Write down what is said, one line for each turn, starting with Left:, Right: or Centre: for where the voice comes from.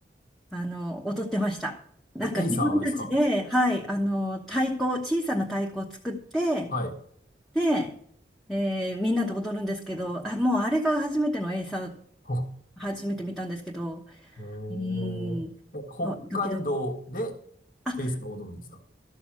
Centre: あの、踊ってました。なんか自分たちで、
Left: え、エイサーをですか
Centre: はい、あの、太鼓、小さな太鼓を作って、
Left: はい。
Centre: で、えーみんなで踊るんですけど、あ、もうあれが初めてのエイサー、
Left: ほ、
Centre: 初めて見たんですけど、
Left: へーえ、
Centre: うーん、
Left: 北海道で
Centre: あドキドキ。あ、
Left: エイサーを踊るんですか